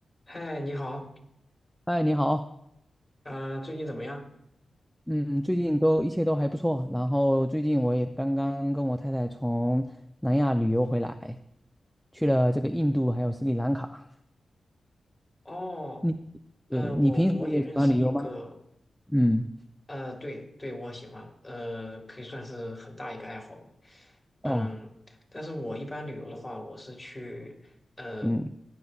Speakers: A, on the left (about 20°); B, in the centre.
A: 嗨，你好，
B: 嗨，你好，
A: 呃，最近怎么样？
B: 嗯，最近都一切都还不错。然后最近我也刚刚跟我太太从南亚旅游回来，去了这个印度还有斯里兰卡。
A: 哦，
B: 你
A: 嗯，
B: 对你平时也喜欢旅游吗？
A: 我我也认识一个，
B: 嗯，
A: 呃，对对，我喜欢，呃，可以算是很大一个爱好吧。嗯，
B: 哦，
A: 但是我一般旅游的话，我是去，呃，
B: 嗯